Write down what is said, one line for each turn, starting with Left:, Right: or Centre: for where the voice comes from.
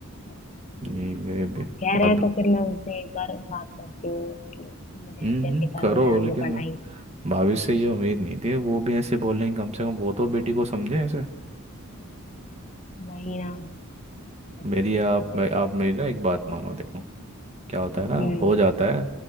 Left: हम्म,
Right: ये वे भी
Left: आप कह रहे
Right: अब
Left: हैं तो फिर मैं उनसे एक बार बात करती हूँ कि मुझे
Right: हम्म
Left: ऐसे
Right: हम्म,
Left: ऐसे करना
Right: करो
Left: है आगे
Right: लेकिन
Left: पढ़ाई
Right: भाभी से ये उम्मीद नहीं थी वो भी ऐसे बोलेंगे कम से कम वो तो बेटी को समझे ऐसे
Left: वही ना सब
Right: मेरी
Left: मना
Right: आप
Left: ही कर रहे हैं
Right: आप
Left: मुझे
Right: मेरी ना एक बात मानो देखो क्या होता है ना
Left: हम्म
Right: हो जाता है